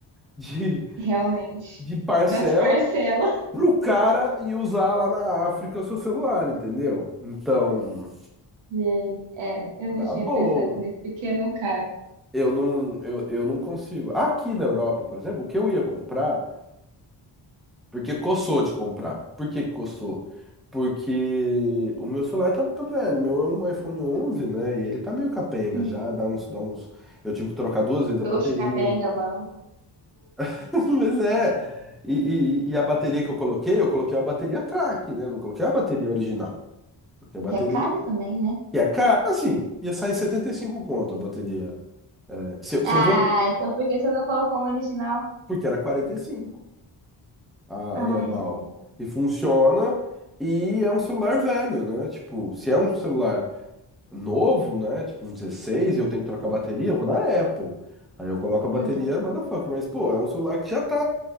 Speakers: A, in the centre; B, on the right.
A: de,
B: realmente.
A: de parcela
B: Nas parcelas.
A: pro cara e usar lá na África o seu celular, entendeu? Então,
B: Gente, é, eu
A: na
B: não tinha
A: boa,
B: pensado nesse pequeno cara.
A: eu não, eu, eu não consigo. Aqui na Europa, por exemplo, o que eu ia comprar, porque coçou de comprar. Por que que coçou? Porque o meu celular tá, tá velho, o meu é um iPhone 11, né? E ele tá meio capenga
B: Uhum.
A: já, dá uns, dá uns. Eu tive que trocar duas vezes a
B: Xoxo,
A: bateria.
B: capenga, manco.
A: <laughs> Mas é. E, e, e a bateria que eu coloquei, eu coloquei a bateria track, né? Não coloquei a bateria original. Coloquei a bateria
B: Que é caro também, né?
A: Que é caro, assim, ia sair 75 conto a bateria. É, se, eu se
B: Ah,
A: eu vou.
B: então por que você não colocou um original?
A: Porque era 45 a,
B: Ai,
A: a normal.
B: Jesus.
A: E funciona. E é um celular velho, né? Tipo, se é um celular novo, né? Tipo, um 16 e eu tenho que trocar a bateria, eu vou na Apple. Aí eu coloco a bateria,
B: Uhum.
A: motherfucker. Mas, pô, é um celular que já tá.